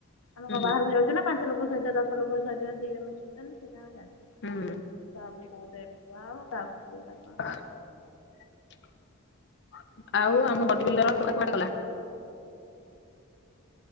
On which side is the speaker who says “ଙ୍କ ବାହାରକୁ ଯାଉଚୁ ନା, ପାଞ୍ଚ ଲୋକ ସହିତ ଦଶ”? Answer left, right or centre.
Left